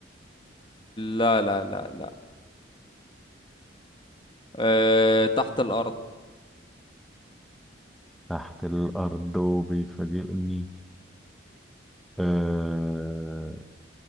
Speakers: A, on the left; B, in the centre.
A: لا لا لا لا أه... تحت الارض
B: تحت الارض وبيفاجئني أه...